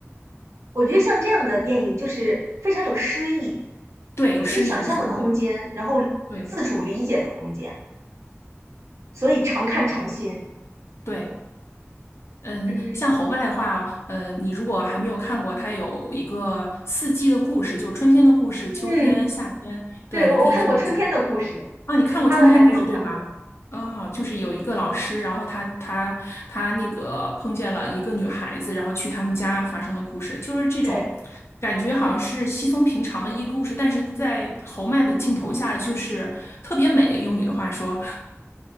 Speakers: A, on the right (about 75°); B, on the left (about 60°).
A: 我觉得像这样的电影就是非常有诗意，
B: 对，有诗意，
A: 给你想象的空间，
B: 你说的对，
A: 然后自主理解的空间，
B: 对
A: 所以常看常新。
B: 对。嗯，
A: 嗯
B: 像侯麦的话，呃，你如果还没有看过，它有一个四季的故事，就春天的故事、秋天、
A: 嗯，
B: 夏天，对，
A: 对，
B: 你可以看一下。
A: 我我看过《春天的故事》，
B: 啊，你看过春天的故事对吧？
A: 其他的还没有看过。
B: 啊，就是有一个老师，然后他他他那个碰见了一个女孩子，然后去他们家发生的故事，就是这种感觉，
A: 对，
B: 好像是稀松平常的一个故事，但是在侯麦的镜头下，就是特别美，用你的话说，